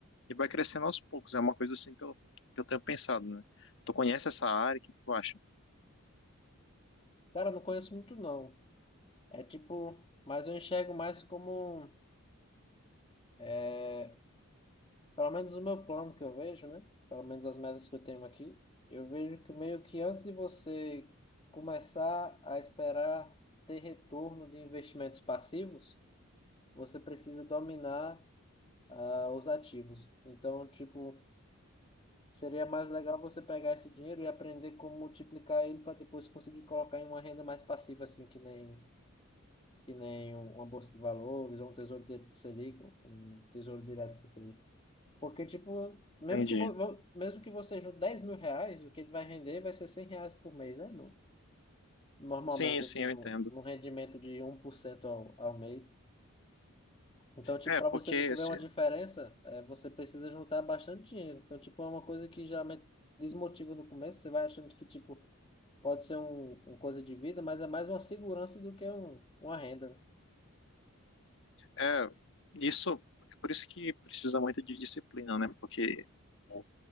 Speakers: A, on the left; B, on the left.
A: e vai crescendo aos poucos. É uma coisa assim que eu, que eu tenho pensado, né? Tu conhece essa área, o que tu acha?
B: Cara, não conheço muito não. É tipo, mas eu enxergo mais como, é, pelo menos o meu plano que eu vejo, né? Pelo menos as metas que eu tenho aqui. Eu vejo que meio que antes de você começar a esperar ter retorno de investimentos passivos, você precisa dominar, ah, os ativos. Então, tipo, seria mais legal você pegar esse dinheiro e aprender como multiplicar ele para depois conseguir colocar em uma renda mais passiva, assim, que nem que nem um- uma bolsa de valores, ou um tesouro de Selic, um um tesouro direto que seja. Porque, tipo, mesmo
A: Entendi.
B: que, vo, vo- mesmo que você junte dez mil reais, o que ele vai render vai ser 100 reais por mês, né? No, normalmente,
A: Sim, sim,
B: assim,
A: eu
B: num
A: entendo.
B: num rendimento de um por cento ao, ao mês. Então, tipo,
A: É,
B: para
A: porque
B: você ver
A: se,
B: uma diferença, é, você precisa juntar bastante dinheiro. Então, tipo, é uma coisa que geralmente desmotiva no começo. Você vai achando que, tipo, pode ser um, uma coisa de vida, mas é mais uma segurança do que um, uma renda. né?
A: É, isso é por isso que precisa muito de disciplina, né? Porque bom,